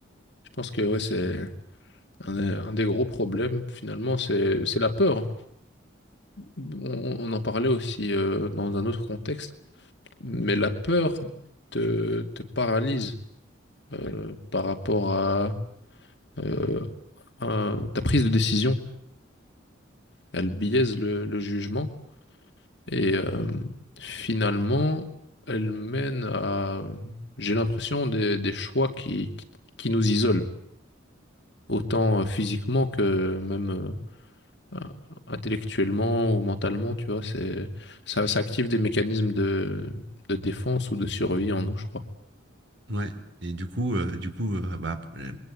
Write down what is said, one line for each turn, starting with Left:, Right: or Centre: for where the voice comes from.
Left: Je pense que ouais, c'est un, un des gros problèmes finalement, c'est c'est la peur. On, on en parlait aussi euh, dans un autre contexte, mais la peur te, te paralyse euh, par rapport à, euh, à ta prise de décision. Elle biaise le, le jugement et euh, finalement, elle mène à, j'ai l'impression, des, des choix qui, qui, qui nous isolent, autant euh, physiquement que même euh, euh, intellectuellement ou mentalement, tu vois, c'est ça, ça active des mécanismes de, de défense ou de survie en nous, je crois.
Right: Ouais. Et du coup, euh, du coup, euh, bah, euh,